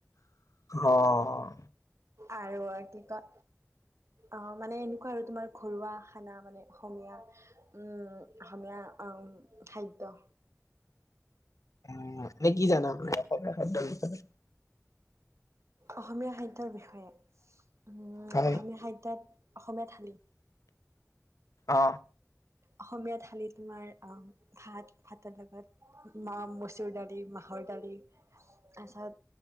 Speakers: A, on the left; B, on the right.
A: অঁ।
B: আৰু কি কয় অঁ মানে এনেকুৱা আৰু তোমাৰ ঘৰুৱা খানা মানে অসমীয়া উম অসমীয়া অম খাদ্য
A: উম, মানে কি জানা মানে। <unintelligible> খাদ্যৰ বিষয়ে।
B: অসমীয়া সাহিত্যৰ বিষয়ে উম
A: হয়।
B: অসমীয়া সাহ্যয়ত অসমীয়া থঠালি
A: অ
B: অসমীয়া থালি তোমাৰ ভাত ভাতৰ লগত মা মচুৰ দালি মাহৰ দালি ই তাৰপিছত